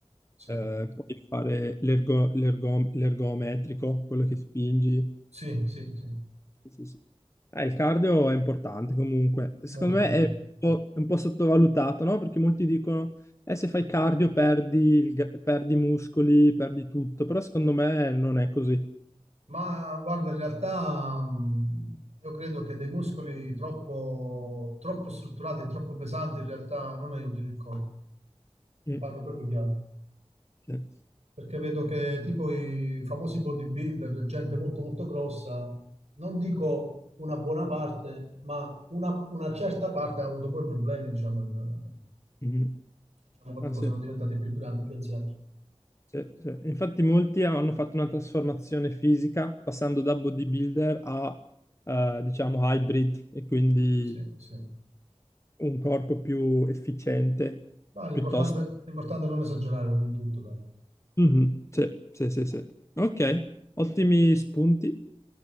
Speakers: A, on the right; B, on the left.
A: sì,
B: eh, poi fare l'ergo- l'ergo- l'ergometrico, quello che spingi,
A: sì, sì, sì,
B: Sì, sì. sì. Eh, il cardio è importante comunque. Secondo
A: molto,
B: me
A: molto.
B: è un po', è un po' sottovalutato, no? Perché molti dicono, eh, se fai cardio perdi, il gra- perdi i muscoli, perdi tutto, però secondo me non è così.
A: Ma guarda, in realtà mh, io credo che dei muscoli troppo, troppo strutturati e troppo pesanti in realtà non aiutino il corpo.
B: Mm,
A: Ti parlo proprio chiaro.
B: sì.
A: Perché vedo che tipo i famosi bodybuilder, gente molto molto grossa, non dico una buona parte, ma una, una certa parte ha avuto poi problemi, diciamo, in-
B: Mhm.
A: diciamo, quando
B: Ah,
A: poi
B: sì,
A: sono diventati più grandi, più anziani.
B: sì, sì. Infatti molti hanno fatto una trasformazione fisica passando da bodybuilder a, eh, diciamo, hybrid e quindi
A: Sì, sì.
B: un corpo più efficiente
A: Ma l'importante
B: piuttosto.
A: l'importante è non esagerare come in tutto, dai.
B: Mhm, Sì, sì, sì, sì. Ok, ottimi spunti.